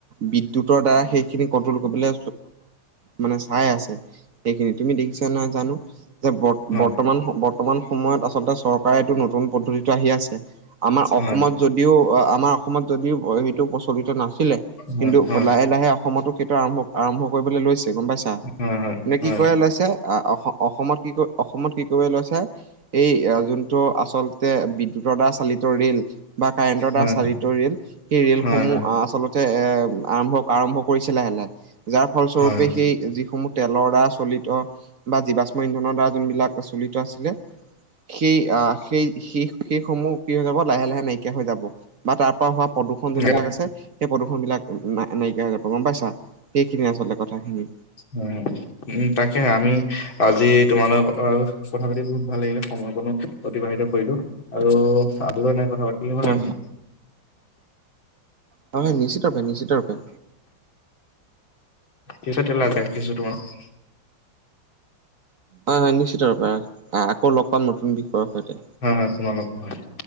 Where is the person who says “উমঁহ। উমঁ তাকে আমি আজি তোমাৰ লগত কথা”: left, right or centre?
Left